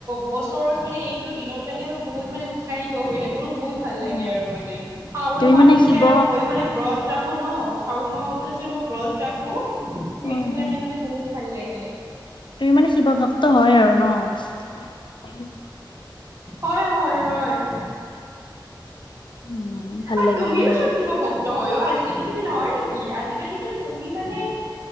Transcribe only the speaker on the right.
বছৰত মানে, এইটো দিনৰ কাৰণে মই বহুত মানে উৎসাহিত হৈ থাকো। মোৰ বহুত ভাল
লাগে আৰু মানে, শাওন
মাহটো
যে আৰু মইও মানে ব্ৰত ৰাখো ন। শাওন মাহত যে মই ব্ৰত ৰাখো, সেইটো
কাৰণে
মানে বহুত ভাল লাগে।
হয়, হয়, হয়।
আৰু
তুমিও
চোন শিব ভক্ত হয় অ' আজি যদি তুমি নহয় নেকি? আজিকালিতো তুমি মানে